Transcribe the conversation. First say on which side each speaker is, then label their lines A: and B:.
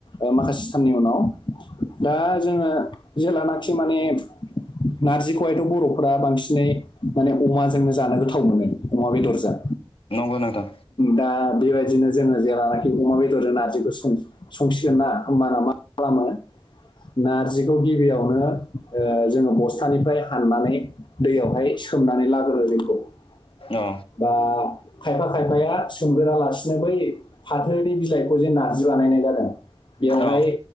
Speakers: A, on the left; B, on the left.
A: ओ माखासे साननि उनाव। दा जोङो जलेनाखि माने नारजिखौहायथ' बर'फ्रा बांसिनै माने अमाजोंनो जानो गोथाव मोनो अमा बेदरजों
B: नंगौ नोंथां।
A: दा बेबायदिनो जोङो जेराव नाखि अमा बेदरजों नारजिखौ सं संसिगोन ना होमबाना मा खालामो नारजिखौ गिबियावनो ओ जोङो बस्थानिफ्राय हाननानै दैयावहाय सोमनानै लाग्रो बेखौ। बा
B: औ
A: खायफा खायफाया सोमगोरालासिनो बै फाथोनि बिलाइखौ जे नारजि बानायनाय जादों बेवहाय
B: औ